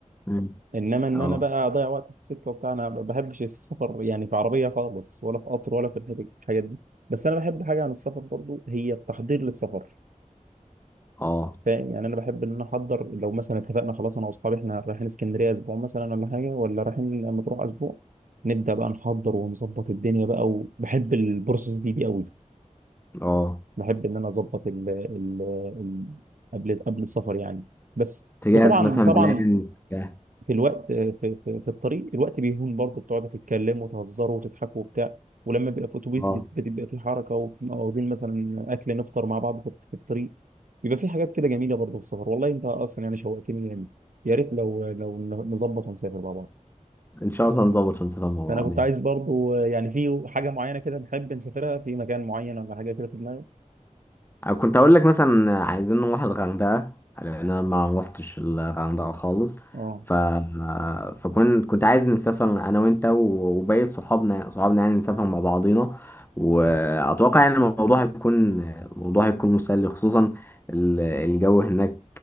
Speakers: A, on the left; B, on the right.
A: مم.
B: انما ان
A: اه
B: انا بقى اضيع وقت في السكه وبتاع انا ما بحبش السفر يعني في عربيه خالص ولا في قطر ولا في الحاجات في الحاجات دي بس انا بحب حاجه عن السفر برضو هي التحضير للسفر
A: اه
B: فاهم يعني انا بحب ان انا احضر لو مثلا اتفقنا خلاص انا واصحابي احنا رايحين اسكندريه اسبوع مثلا ولا حاجه ولا رايحين مطروح اسبوع نبدا بقى نحضر ونظبط الدنيا بقى وبحب البروسس دي دي قوي
A: اه
B: بحب ان انا اظبط ال ال ال- قبل قبل السفر يعني بس
A: تجهز
B: وطبعا
A: مثلا
B: طبعا
A: بلان اه
B: في الوقت في, في, في الطريق الوقت بيهون برضه بتقعدوا تتكلموا وتهزروا وتضحكوا وبتاع ولما بيبقى في اتوبيس
A: اه.
B: بت- بتبقى في حركه وبنبقى واخدين مثلا اكل نفطر مع بعض في في الطريق بيبقى في حاجات كده جميله برضه في السفر والله انت اصلا يعني شوقتني يعني يا ريت لو لو نظبط ونسافر مع بعض
A: ان شاء الله نظبط ونسافر مع بعض
B: فانا كنت عايز برضه يعني في حاجه معينه كده نحب نسافرها في مكان معين ولا حاجه كده في دماغك
A: أنا كنت أقول لك مثلا عايزين نروح الغردقة لأن أنا ما روحتش الغردقة خالص
B: اه
A: ف فكنت كنت عايز نسافر أنا وأنت و- وبقية صحابنا صحابنا يعني نسافر مع بعضينا وأتوقع يعني الموضوع هيكون الموضوع هيكون مسلي خصوصا ال- الجو هناك